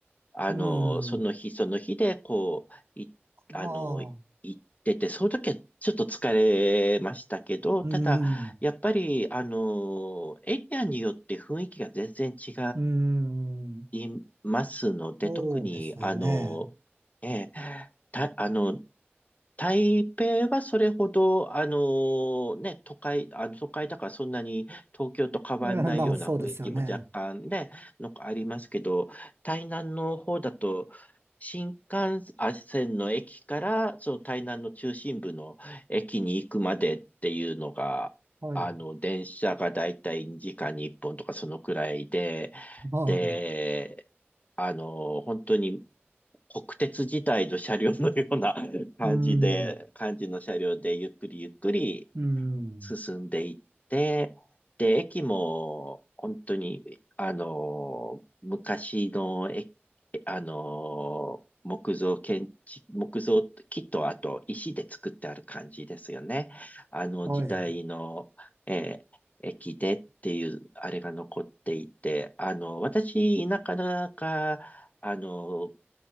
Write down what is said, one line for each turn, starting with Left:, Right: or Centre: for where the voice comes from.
Left: あの、
Right: うん。
Left: その日その日で、こう、い、
Right: ああ、
Left: あの、行ってて、その時はちょっと疲れましたけど、
Right: うん。
Left: ただ、やっぱり、あの、エリアによって雰囲気が全然違
Right: うん。
Left: いますので、
Right: そうですよね。
Left: 特に、あの、ええ、た、あの、台北はそれほど、あのね、都会、あの都会だからそんなに東京と変わんないような雰囲気も若干ね、
Right: えー、まあ、そうですよね。
Left: のありますけど、台南の方だと、新幹線の駅から、その台南の中心部の駅に行くまでっていうのが、
Right: はい。
Left: あの、電車がだいたい2時間に1本とかそのくらいで、
Right: は
Left: で、あの、本当に国鉄時代の車両のような <laughs> 感じで、
Right: い。うん。
Left: 感じの車両でゆっくりゆっくり
Right: うん。
Left: 進んでいって、で、駅も本当に、あの、昔の駅、あの、木造建築、木造木とあと石で作ってある感じですよね。あの時代の、
Right: はい。
Left: えー駅でっていうあれが残っていて、あの、私、田舎だか、あの、